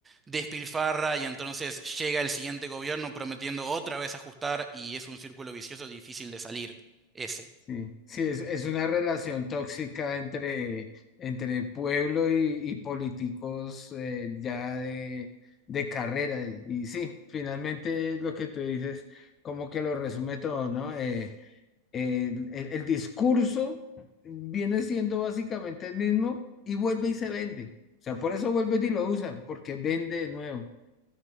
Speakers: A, on the right (about 15°); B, on the left (about 25°).
A: despilfarra y entonces llega el siguiente gobierno prometiendo otra vez ajustar y es un círculo vicioso difícil de salir. Ese.
B: Sí, sí, es, es una relación tóxica entre, entre pueblo y, y políticos eh, ya de, de carrera. Y, y sí, finalmente lo que tú dices, como que lo resume todo, ¿no? Eh, el, el- el discurso viene siendo básicamente el mismo y vuelve y se vende. O sea, por eso vuelve y lo usan, porque vende de nuevo.